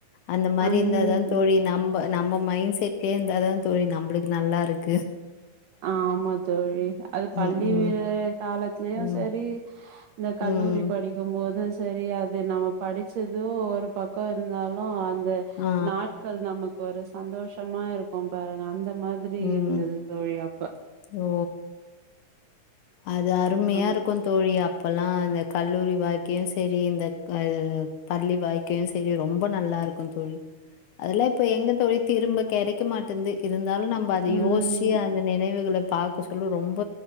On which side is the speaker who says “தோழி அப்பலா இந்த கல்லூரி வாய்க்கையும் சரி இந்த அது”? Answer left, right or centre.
Left